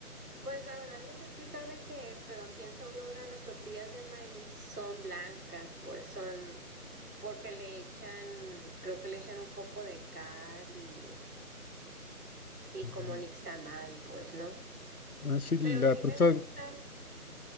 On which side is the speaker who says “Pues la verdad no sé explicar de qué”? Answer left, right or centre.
Right